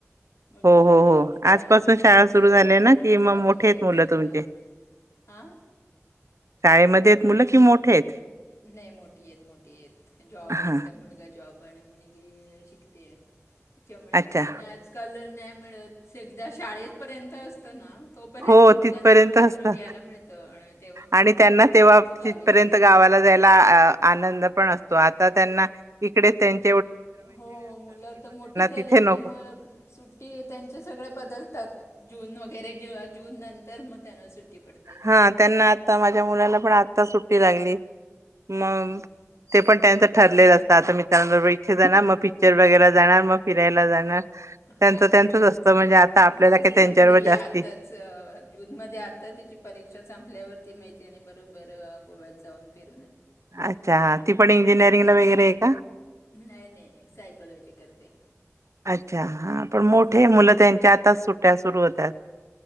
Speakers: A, on the left; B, on the right.
A: मुलगा
B: हो हो
A: जॉबला,
B: हो आजपासून
A: मुलीच
B: शाळा सुरू झाल्या
A: परीक्षा,
B: ना की मग मोठे
A: वगैरे,
B: आहेत मुलं
A: उशिरा,
B: तुमचे
A: आं..
B: शाळेमध्ये आहे, त मुलं कि मोठे आहेत.
A: नाही मोठी आहेत. मोठी आहेत. जॉब
B: हा
A: एकटा मुलगा जॉब, पा आणि म्हणीगी <unintelligible> शिकते त्याच्यामुळे
B: अच्छा
A: मुलांना आजकाल नाही मिळत, एकदा शाळेत, पर्यंत असताना. तोपर्यंत
B: हो
A: मुलांना
B: तिथपर्यंत
A: आपल्याबरोबर
B: असतं
A: यायला मिळतं, आणि तेव्हा मग
B: आणि त्यांना
A: मिळायचं
B: तेव्हा
A: गावी
B: तिथपर्यंत
A: जायला एकत्र.
B: गावाला आनंद पण असतो आ त्यांना इकडे त्यां <unintelligible>
A: हो मुलं तर मोठी झाली
B: तिथे नको
A: की, मग सुट्टी त्यांचे सगळे बदलतात. जून, वगैरे, जेव्हा जून नंतर मग त्याना सुट्टी पडते
B: हा त्यांना आता, माझ्या मुलाला पण आता सुट्टी. सुट्टी लागली <unintelligible> मग
A: हां
B: ते पण त्यांचं ठरलेलं असत. आता मी, मित्रांबरोबर इथे जाणार. मग पिक्चर, वगैरे जाणार. मग फिरायला जाणार.
A: हा
B: त्यांचं त्यांचंच
A: तेच
B: असतं
A: ना,
B: म्हणजे आता आपल्याला
A: माझी
B: काय
A: सुद्धा
B: त्यांच्याबरोबर
A: मुलगी
B: जास्ती
A: आताच जून मध्ये आता तिची परीक्षा संपल्यावरती मैत्र रीनी बरोबर गोव्यात जाऊन तिने
B: अच्छा! ती पण इंजिनीयर रिंगाला वगैरे आहे का?
A: नाही नाही, सायकोलॉजी करते.
B: अच्छा. हा, पण मोठे
A: अं,
B: मुलं त्यांच्या आता सुट्या सुरू होतात.